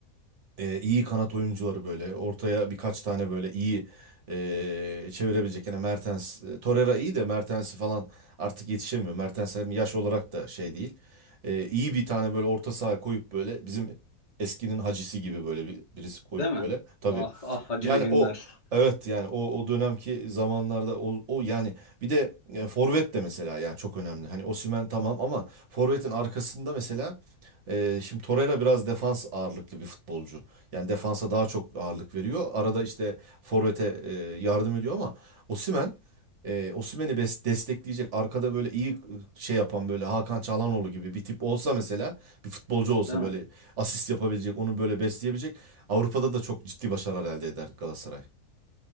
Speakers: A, on the right; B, on the left.
A: e, iyi kanat oyuncuları böyle ortaya birkaç tane böyle iyi e, çevirebilecek. Yani Mertens, e, Torreira iyi de Mertens'i falan artık yetişemiyor. Mertens hem yaş olarak da şey değil. E, iyi bir tane böyle orta saha koyup böyle bizim eskinin hacisi gibi böyle bir, birisi koyup
B: Değil mi?
A: böyle. Tabii.
B: Ah ah Hacılı
A: Yani
B: günler.
A: o evet yani o o dönemki zamanlarda o, o yani bir de e, forvet de mesela yani çok önemli. Hani Osimhen tamam ama forvetin arkasında mesela ee, şimdi Torreira biraz defans ağırlıklı bir futbolcu. Yani defansa daha çok ağırlık veriyor. Arada işte forvete e, yardım ediyor ama Osimhen e, Osimhen'i bes- destekleyecek arkada böyle iyi e, şey yapan böyle Hakan Çalhanoğlu gibi bir tip olsa mesela bir futbolcu olsa
B: Değil mi?
A: böyle asist yapabilecek onu böyle besleyebilecek Avrupa'da da çok ciddi başarılar elde eder Galatasaray.